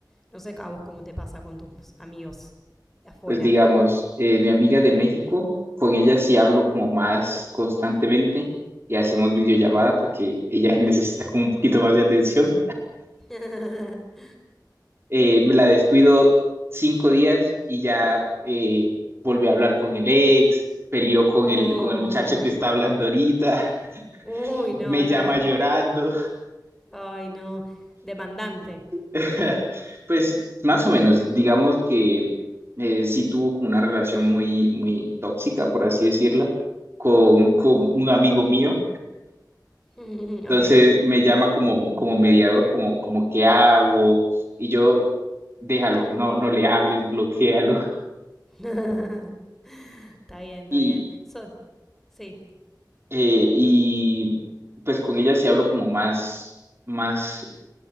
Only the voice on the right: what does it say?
Pues digamos, eh, mi amiga de México, con ella sí hablo como más constantemente y hacemos videollamada porque ella <laughs> necesita como un poquito más de atención
eh, me la descuido cinco días y ya eh, volvió a hablar con el ex, peleó con
el, con el muchacho que está hablando ahorita, <laughs>
me
llama llorando.
<laughs> Pues más o menos, digamos que eh, sí tuvo como una relación muy, muy tóxica, por así decirla, con, con un amigo mío.
Entonces
me llama como, como mediador, como, como qué hago, y yo, déjalo, no, no le hables, bloquéalo.
<laughs>
Eh, y pues con ella sí hablo como más, más,